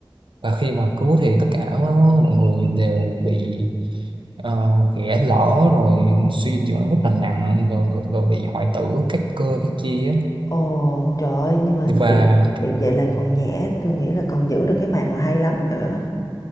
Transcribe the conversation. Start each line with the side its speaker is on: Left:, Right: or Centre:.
Right: và khi mà cứu thì tất cả mọi người đều bị uh, ghẻ lở rồi suy dinh dưỡng rất là nặng rồi, rồi, rồi bị hoại tử các cơ các chi á
Left: Ồ, trời ơi, nhưng mà
Right: và
Left: bị bị vậy là còn nhẹ, tôi nghĩ là còn giữ được cái mạng là hay lắm rồi á.